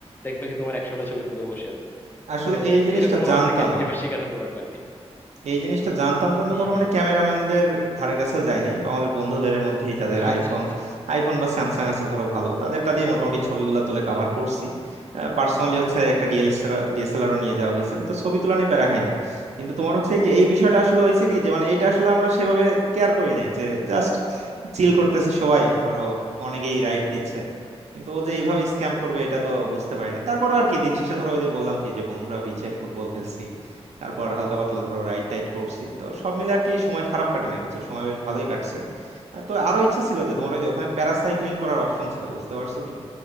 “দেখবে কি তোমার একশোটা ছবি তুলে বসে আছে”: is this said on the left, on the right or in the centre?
Left